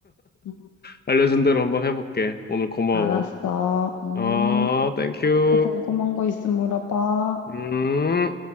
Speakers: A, on the left (about 75°); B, on the left (about 30°).
A: 음.
B: 알려준 대로 한번 해볼게. 오늘 고마워.
A: 알았어. 음,
B: 어, 땡큐.
A: 또 궁금한 거 있으면 물어봐.
B: 음.